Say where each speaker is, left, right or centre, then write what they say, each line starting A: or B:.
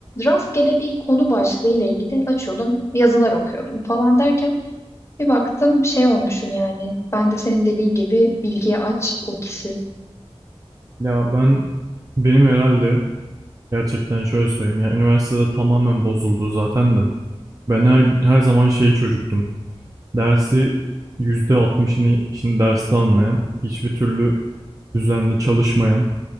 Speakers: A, on the left (about 25°); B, on the right (about 35°).
A: rastgele bir konu başlığı ile ilgili açıyordum yazılar okuyordum falan derken bir baktım şey olmuşum yani. Ben de senin dediğin gibi bilgiye aç o kişi.
B: Ya ben benim herhalde gerçekten şöyle söyleyeyim. Ya üniversitede tamamen bozuldu zaten de. Ben her, her zaman şey çocuktum. Dersi %60'ını 70'ini derste anlayan, hiçbir türlü düzenli çalışmayan,